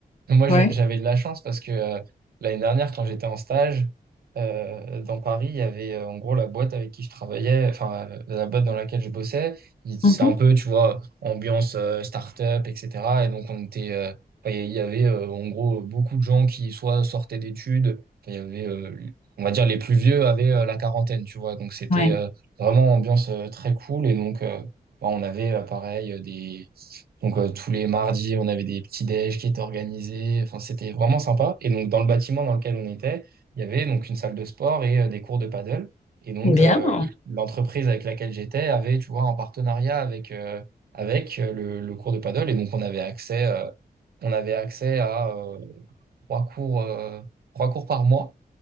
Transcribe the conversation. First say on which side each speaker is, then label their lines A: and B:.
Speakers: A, on the right; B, on the left.
A: Moi, j'a-
B: Ouais.
A: j'avais de la chance parce que euh, l'année dernière, quand j'étais en stage euh, dans Paris, il y avait euh, en gros la boîte avec qui je travaillais, enfin euh, la boîte dans laquelle je bossais. Il- C'est
B: Mhm.
A: un peu, tu vois, ambiance euh, start-up, etc. Et donc, on était, euh, enfin, il y avait euh, en gros beaucoup de gens qui soit sortaient d'études, enfin, il y avait, euh, on va dire, les plus vieux avaient euh, la quarantaine, tu vois. Donc, c'était
B: Ouais.
A: euh, vraiment ambiance euh, très cool. Et donc, euh, bah, on avait euh, pareil euh, des. Donc euh, tous les mardis, on avait des petits déj qui étaient organisés. Enfin, c'était vraiment sympa. Et donc dans le bâtiment dans lequel on était, il y avait donc une salle de sport et euh, des cours de paddle. Et donc
B: Bien.
A: euh, l'entreprise avec laquelle j'étais avait, tu vois, un partenariat avec euh, avec euh, le, le cours de paddle. Et donc on avait accès, euh, on avait accès à euh, trois cours, euh, trois cours par mois.